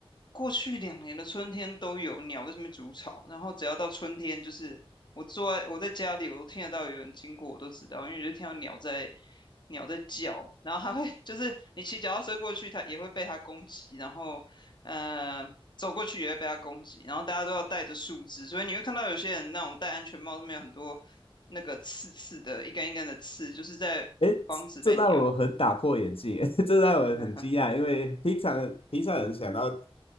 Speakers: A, on the left (about 50°); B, on the left (about 70°).
A: 过去两年的春天都有鸟在上面筑巢，然后只要到春天，就是我坐在我在家里，我都听得到有人经过，我都知道，因为我就听到鸟在。鸟在叫，然后它会 <laughs> 就是你骑脚踏车过去，它也会被它攻击，然后呃，走过去也会被它攻击，然后大家都要戴着树枝，所以你会看到有些人那种戴安全帽上面有很多那个刺刺的，一根一根的刺，就是在防止被鸟。
B: 诶，这让我很打破眼镜，<laughs> 这让我很惊讶，
A: <laughs>
B: 因为平常平常人想到